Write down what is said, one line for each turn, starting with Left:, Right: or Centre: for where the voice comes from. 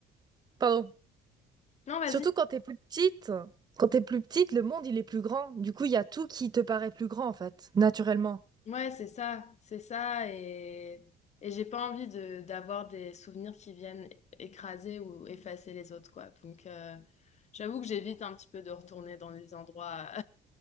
Right: pardon,
Left: Non, vas-y.
Right: surtout quand t'es plus petite, quand t'es plus petite, le monde il est plus grand. Du coup, il y a tout qui te paraît plus grand en fait, naturellement.
Left: Ouais, c'est ça, c'est ça, et, et j'ai pas envie de d'avoir des souvenirs qui viennent écraser ou effacer les autres, quoi. Donc euh, j'avoue que j'évite un petit peu de retourner dans les endroits